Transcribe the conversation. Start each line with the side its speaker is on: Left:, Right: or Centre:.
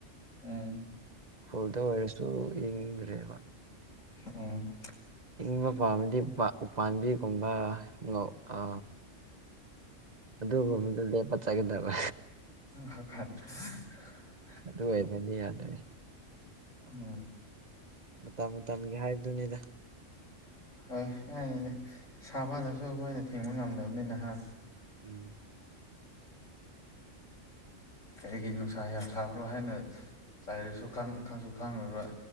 Left: ꯎꯝ
Right: ꯈꯨꯜꯗ ꯑꯣꯏꯔꯁꯨ ꯏꯪꯗ꯭ꯔꯦꯕ
Left: ꯎꯝ
Right: ꯏꯪꯕ ꯄꯥꯝꯃꯗꯤ ꯎꯄꯥꯜ ꯎꯄꯥꯝꯕꯤ ꯒꯨꯝꯕ ꯑ ꯑꯗꯨ ꯒꯨꯝꯕꯗ ꯂꯦꯞꯄ ꯆꯠꯀꯗꯕ
Left: <unintelligible>
Right: ꯑꯗꯨ ꯑꯣꯏꯔꯒꯗꯤ ꯌꯥꯗ꯭ꯔꯦ
Left: ꯎꯝ
Right: ꯃꯇꯝ ꯃꯇꯝꯒꯤ ꯍꯥꯏꯕꯗꯨꯅꯤꯗ
Left: ꯍꯣꯏ ꯌꯥꯅꯤꯅꯦ ꯁꯥꯃꯜꯂꯁꯨ ꯑꯩꯈꯣꯏꯅ ꯊꯤꯡꯕ ꯉꯝꯗꯕꯅꯤꯅ ꯍꯥ
Right: ꯎꯝ
Left: ꯀꯩꯒꯤ ꯅꯨꯡꯁꯥ ꯌꯥꯝ ꯁꯥꯕ꯭ꯔꯣ ꯍꯥꯏꯅ ꯆꯩꯔꯁꯨ ꯈꯪ ꯈꯪꯪꯖꯨ ꯈꯪꯉꯔꯣꯏ